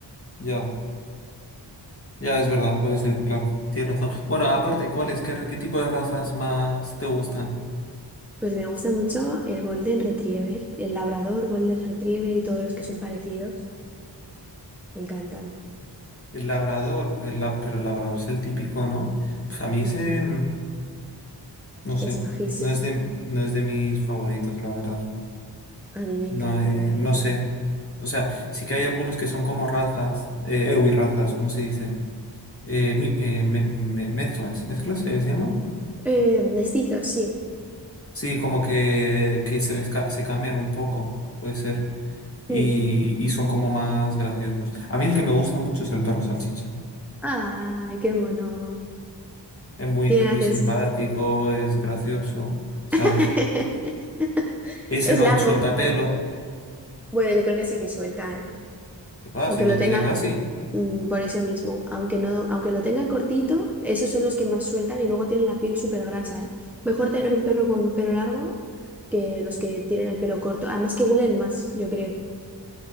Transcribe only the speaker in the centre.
Pues me gusta mucho el Golden Retriever, el Labrador, Golden Retriever y todos los que son parecidos. Me encantan.
Mm,
es majísimo.
A mí me
encanta,
la verdad.
Eh, mestizos, sí.
Mm.
Ay, qué mono.
Qué
gracioso.
<laughs>
Es
largo.
Bueno, yo creo que sí que suelta, ¿eh?
Aunque
lo
tenga,
mm, por eso mismo, aunque no, aunque lo tenga cortito, esos son los que más sueltan y luego tienen la piel súper grasa, ¿eh? Mejor tener un perro con pelo largo que los que tienen el pelo corto. Además que huelen más, yo creo.